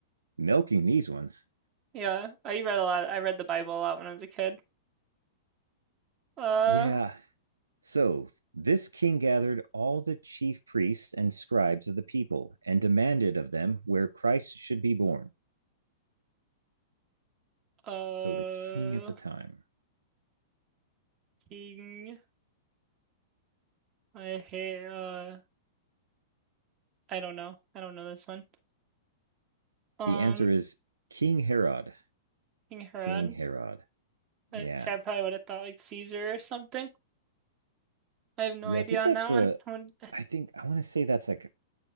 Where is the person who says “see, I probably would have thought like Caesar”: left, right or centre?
Right